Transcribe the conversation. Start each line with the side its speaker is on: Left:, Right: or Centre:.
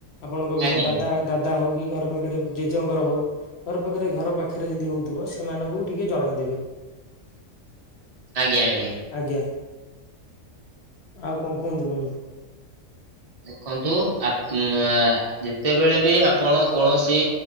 Left: ଆପଣଙ୍କ
Right: ଆଜ୍ଞା
Left: ଘର ଦାଦା ଦାଦା ହଉ କି ଘର ପାଖରେ ଜେଜେଙ୍କର ହଉ। ଘର ପାଖରେ ଘର ପାଖରେ ଯଦି ହଉଥିବ ସେମାନଙ୍କୁ ଟିକେ ଜଣେଇଦେବେ।
Right: ଆଜ୍ଞା ଆଜ୍ଞା।
Left: ଆଜ୍ଞା। ଆଉ କଣ କୁହନ୍ତୁ ବନ୍ଧୁ?
Right: ଦେଖନ୍ତୁ ଆପ ଯେତେବେଳେ ବି ଆପଣ କୌଣସି